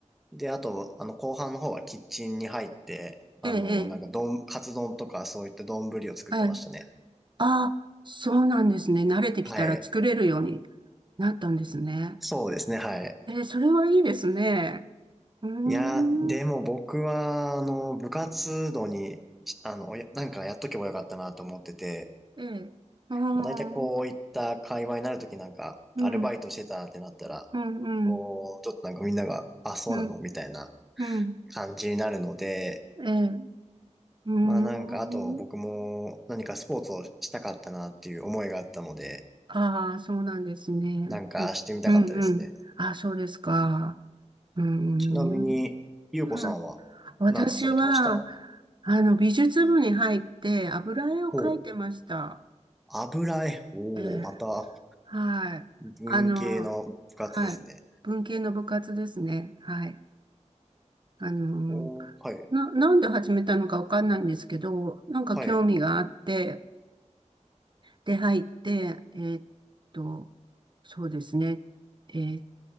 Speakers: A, in the centre; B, on the right.
A: で、あと、あの、後半の方はキッチンに入って、あの、
B: ええ、ええ。
A: なんか、丼、カツ丼とかそういった丼を作ってましたね。
B: はいああ、そうなんですね。慣れてきたら作れるように
A: はい。
B: なったんですね。
A: そうですね、はい。
B: えーそれはいいですね。うーん。
A: いや、でも僕は、あの、部活動に、あの、やなんかやっとけばよかったなと思ってて、
B: ええ。ああ、うん、
A: まあ、大体こういった会話になるときなんか、
B: うん、
A: アルバイトしてたってなったら、
B: うん、
A: こう、ちょっとなんかみんなが、あ、そうなのみたいな
B: うん、うん。
A: 感じになるので、
B: ええ、うーん。
A: まあなんか、あと僕も何かスポーツをしたかったなっていう思いがあったので、
B: ああ、そうなんですね。
A: なんかしてみたかったですね。
B: うん、うん、うん。ああ、そうですか。うーん。
A: ちなみに、ゆうこさんはなんかされてました
B: はい。私は、あの、美術部に入って油絵を描いてました。
A: お油絵。おお、
B: ええ
A: また
B: はい。
A: 文系の部活ですね。
B: あの、はい。文系の部活ですね。はい。あの、
A: おー、はい、
B: な、なんで始めたのかわかんないんですけど、なんか興味があって、
A: はい、
B: で、入って、えーっと、そうですね。えー